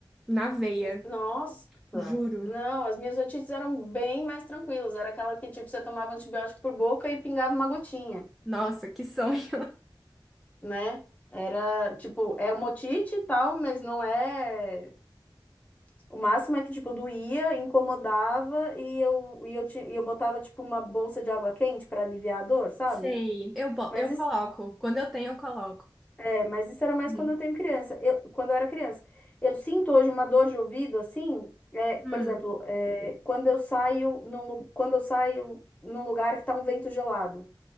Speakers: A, in the centre; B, on the left.
A: na veia,
B: Nossa!
A: juro.
B: Não, as minhas otites eram bem mais tranquilas. Era aquela que, tipo, você tomava antibiótico por boca e pingava uma gotinha,
A: Nossa, que sonho. <laughs>
B: né? Era, tipo, é uma otite e tal, mas não é. O máximo é que, tipo, doía, incomodava e eu, e eu, tinha, e eu botava, tipo, uma bolsa de água quente para aliviar a dor, sabe?
A: Sei. Eu, bo-
B: Mas
A: eu
B: isso,
A: coloco. Quando eu tenho, eu coloco.
B: é, mas isso era mais
A: Bem.
B: quando eu tenho criança, eu, quando eu era criança. Eu sinto hoje uma dor de ouvido, assim, é, por
A: Hum,
B: exemplo, é, quando eu saio num, lu- quando eu saio num lugar que tá um vento gelado.